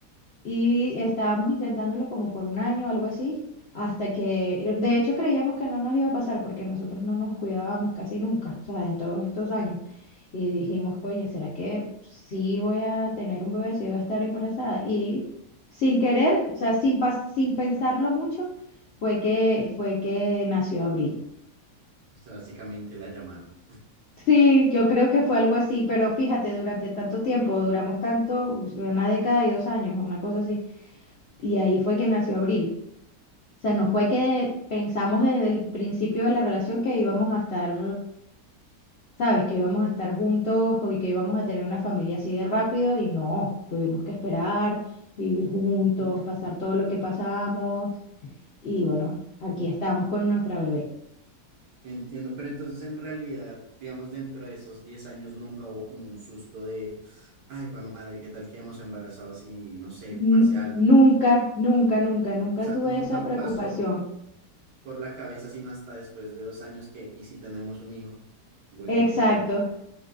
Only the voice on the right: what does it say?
O sea, básicamente la llamaron.
Ujú.
Entiendo, pero entonces en realidad, digamos, dentro de esos 10 años nunca hubo como un susto de, ay, jue madre, ¿qué tal quedamos embarazados y no sé, pase
algo?
O sea,
nunca
pasó por la cabeza, sino hasta después de dos años que, y si tenemos un hijo, bueno,
y,